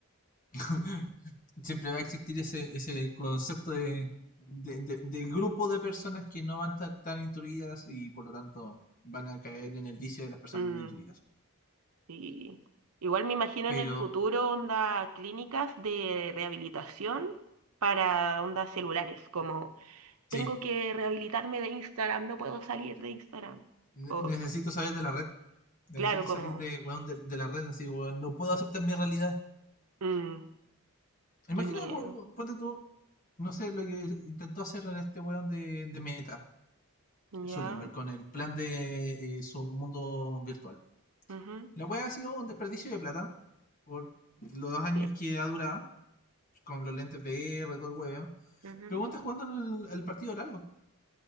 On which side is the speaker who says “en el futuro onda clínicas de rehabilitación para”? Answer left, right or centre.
Right